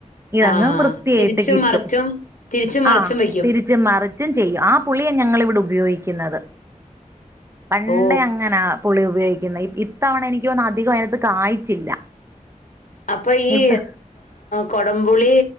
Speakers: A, on the right; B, on the left.
A: ഇതങ്ങ്
B: ആ
A: വൃത്തിയായിട്ട്
B: തിരിച്ചും
A: കിട്ടും
B: മറിച്ചും തിരിച്ചും മറിച്ചും
A: ആ
B: വെക്കും
A: തിരി ച്ചും മറിച്ചും ചെയ്യും ആ പുളിയാ ഞങ്ങളിവിടെ ഉപയോഗിക്കുന്നത് പണ്ടേ
B: ഓ
A: അങ്ങനാ പുളി ഉപയോഗിക്കുന്ന ഇത്തവണ എനിക്ക് തോന്നും അധികം അതിനകത്ത് കായ്ച്ചില്ല
B: അപ്പൊ ഈ
A: ഇത്
B: കൊടംപുളി